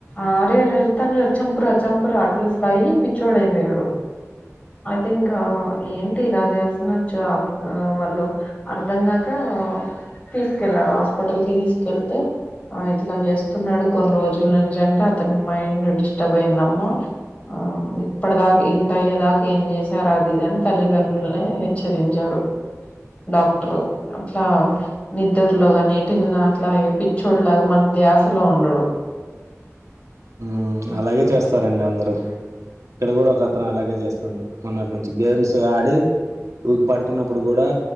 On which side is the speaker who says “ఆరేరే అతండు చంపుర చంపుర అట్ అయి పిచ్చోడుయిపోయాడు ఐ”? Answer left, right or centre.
Left